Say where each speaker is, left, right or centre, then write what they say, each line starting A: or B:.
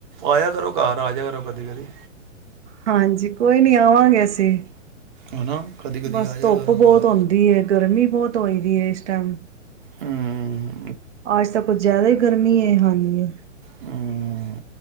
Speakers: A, on the right (about 40°); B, on the right (about 65°).
A: ਆਯਾ ਕਰੋ ਘਰ, ਆਜਿਆ ਕਰੋ ਕਦੀ ਕਦੀ
B: ਹਾਂਜੀ। ਕੋਈ ਨਹੀਂ ਆਵਾਂਗੇ ਅਸੀੇ,
A: ਹਨਾ ਕਦੀ ਕਦੀ
B: ਬੱਸ
A: ਆ ਜਾ
B: ਧੁੱਪ
A: ਕਰੋ
B: ਬਹੁਤ
A: ਘਰ
B: ਹੁੰਦੀ ਏ, ਗਰਮੀ ਬਹੁਤ ਹੋਈ। ਦੀ ਇਸ ਟੈਮ
A: ਹੂੰ
B: ਆਜ ਤਾ ਕੁਝ ਜ਼ਿਆਦਾ ਹੀ ਗਰਮੀ ਹੇ, ਹਾੰਜੀ।
A: ਹਮ,